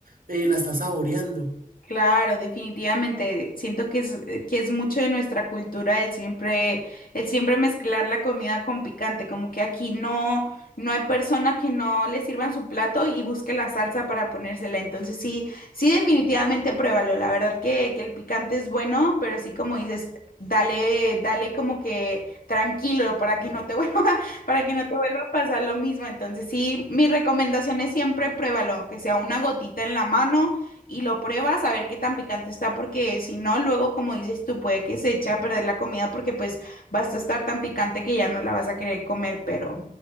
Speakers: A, on the right; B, on the left.
A: eh, la está saboreando.
B: Claro, definitivamente. Siento que es, que es mucho de nuestra cultura el siempre, el siempre mezclar la comida con picante, como que aquí no, no hay persona que no le sirvan su plato y busque la salsa para ponérsela. Entonces sí, sí, definitivamente pruébalo. La verdad que, que el picante es bueno, pero sí como dices, dale, dale como que tranquilo para que no te <laughs> vuelva, para que no te vuelva a pasar lo mismo. Entonces sí, mi recomendación es siempre pruébalo, aunque sea una gotita en la mano y lo pruebas a ver qué tan picante está, porque si no, luego, como dices tú, puede que se eche a perder la comida porque pues vas a estar tan picante que ya no la vas a querer comer, pero